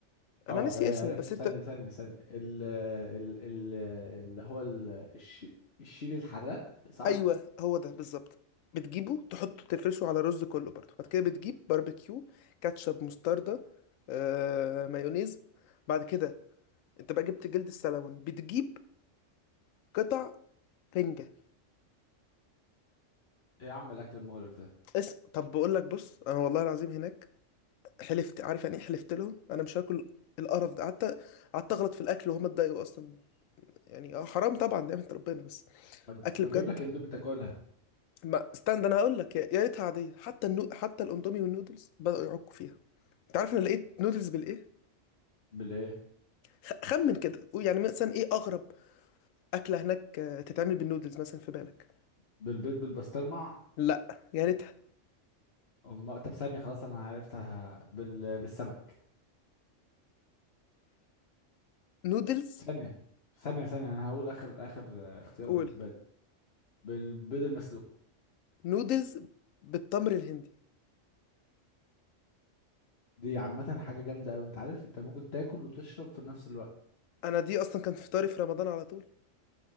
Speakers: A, on the left (about 55°); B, on the left (about 85°).
A: اه
B: انا ناسي
A: آه،
B: اسمه
A: عرفت
B: بس
A: ثانيه
B: انت
A: ثانيه ثانيه ال ال ال اللي هو ال- الش- الشيل الحراق صح
B: ايوه هو ده بالظبط بتجيبه تحطه تفرشه على الرز كله برضه بعد كده بتجيب باربيكيو كاتشب مستردة آه... مايونيز بعد كده انت بقى جبت جلد السلمون بتجيب قطع رنجة
A: إيه يا عم الاكل المقرف ده
B: اس طب بقول لك بص انا والله العظيم هناك حلفت عارف يعني ايه حلفت لهم انا مش هاكل القرف ده قعدت قعدت اغلط في الاكل وهم اتضايقوا اصلا يعني اه حرام طبعا نعمه ربنا بس
A: ما تج-
B: اكل
A: ما
B: بجد
A: تجيب لك اندومي تاكلها
B: ما استنى انا هقول لك يا يا ريتها عاديه حتى النو... حتى الاندومي والنودلز بداوا يعكوا فيها انت عارف انا لقيت نودلز بالايه
A: بالايه
B: خ- خمن كده قول يعني مثلا ايه اغرب اكله هناك آه، تتعمل بالنودلز مثلا في بالك
A: بالبيض بالبسطرمه
B: لا يا ريتها
A: أم- طب ثانيه خلاص انا عرفتها بال... بالسمك
B: نودلز
A: ثانية ثانية ثانية أنا هقول آخر آخر آه، اختيار
B: قول
A: بالنسبة لي بالبيض المسلوق
B: نودلز بالتمر الهندي
A: دي عامة حاجة جامدة أوي أنت عارف أنت ممكن تاكل وتشرب في نفس الوقت
B: انا دي اصلا كان فطاري في رمضان على طول